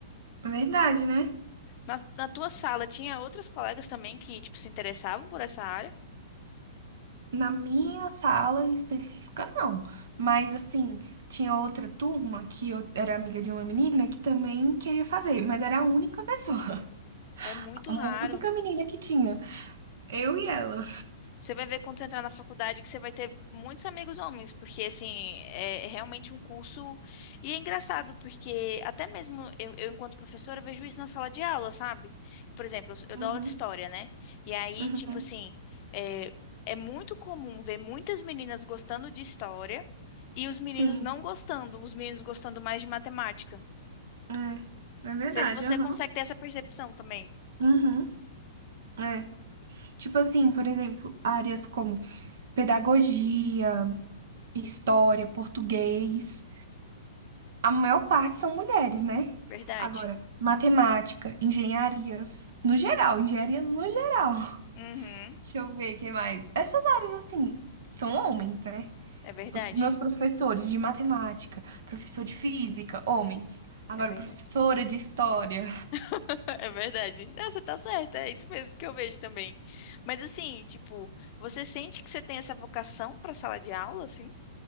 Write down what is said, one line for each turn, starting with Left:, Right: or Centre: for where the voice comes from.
Right: Verdade, né?
Left: Na, na tua sala tinha outras colegas também que, tipo, se interessavam por essa área?
Right: Na minha sala em específica, não. Mas, assim, tinha outra turma que eu era amiga de uma menina que também queria fazer, mas era a única pessoa,
Left: É muito
Right: <laughs> uma
Left: raro.
Right: única menina que tinha. Eu e ela.
Left: Você vai ver quando você entrar na faculdade que você vai ter muitos amigos homens, porque assim, é realmente um curso. E é engraçado, porque até mesmo eu, eu enquanto professora, vejo isso na sala de aula, sabe? Por exemplo, eu, sou- eu
Right: Uhum,
Left: dou aula de história, né? E aí,
Right: uhum.
Left: tipo assim, é, é muito comum ver muitas meninas gostando de história e os meninos
Right: Sim,
Left: não gostando, os meninos gostando mais de matemática.
Right: é. É verdade,
Left: Não sei se você
Right: aham.
Left: consegue ter essa percepção também.
Right: Uhum, é. Tipo assim, por exemplo, áreas como pedagogia, história, português. A maior parte são mulheres, né?
Left: Verdade?
Right: Agora, matemática, engenharias, no geral, engenharias no geral. <laughs>
Left: Uhum,
Right: Deixa eu ver o que mais. Essas áreas, assim, são homens, né?
Left: é verdade.
Right: Os meus professores de matemática, professor de física, homens. Agora,
Left: É verdade.
Right: professora de história.
Left: <laughs> É verdade. Não, você tá certa, é isso mesmo que eu vejo também. Mas assim, tipo, você sente que você tem essa vocação pra sala de aula, assim?